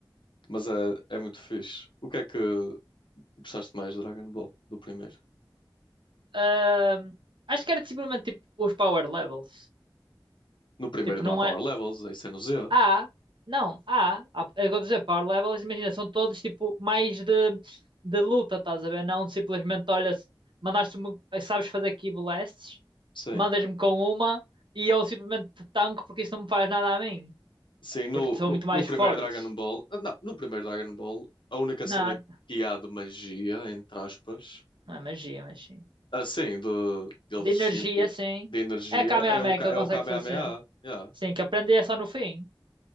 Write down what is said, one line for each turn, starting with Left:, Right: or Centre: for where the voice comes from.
Left: Mas é, é muito fixe. O que é que, Gostaste mais de Dragon Ball do primeiro?
Right: Ahm, acho que era simplesmente tipo os power levels.
Left: No primeiro
Right: Tipo,
Left: não
Right: não
Left: há Power
Right: é.
Left: Levels, isso é no Z.
Right: Há, não, há, há, é o que eu estou a dizer, power levels, imagina, são todos tipo mais de, de luta, estás a ver? Não simplesmente, olha, se- mandaste-me, sabes fazer key blasts,
Left: Sim.
Right: mandas-me com uma e eu simplesmente te tanco porque isso não me faz nada a mim,
Left: Sim, no,
Right: porque são
Left: no,
Right: muito mais
Left: no primeiro
Right: fortes.
Left: Dragon Ball. ah, Não, no primeiro Dragon Ball, a única
Right: Não,
Left: cena que há de magia, entre aspas,
Right: não é magia, mas sim.
Left: assim, de, deles,
Right: De energia, sim.
Left: de energia,
Right: É a Kamehameha
Left: é o, Ka-
Right: que
Left: é
Right: ele consegue
Left: o Kamehameha.
Right: fazer.
Left: Yeah.
Right: Sim, que aprende é só no fim.